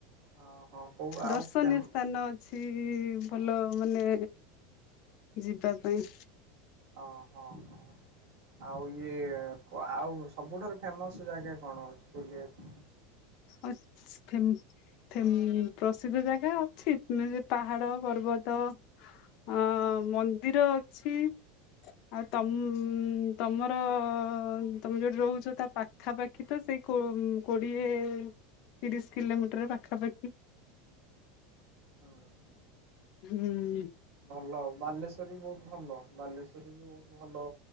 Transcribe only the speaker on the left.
ଦର୍ଶନୀୟ
ସ୍ଥାନ ଅଛି
ଭଲ ମାନେ। ଯିବା ପାଇଁ।
ଅ ଫମ। ପ୍ରସିଦ୍ଧ ଜାଗା ଅଛି ପାହାଡ ପର୍ବତ। ହ ମନ୍ଦିର ଅଛି। ଆଉ ତମ ତମର ତମେ ଯୋଠି ରହୁଛ ତା ପାଖାପାଖି ତ। ସେ କୋ କୋଡିଏ ତିରିଶ କିଲୋମିଟର ପାଖାପାଖି।
ହୁଁ।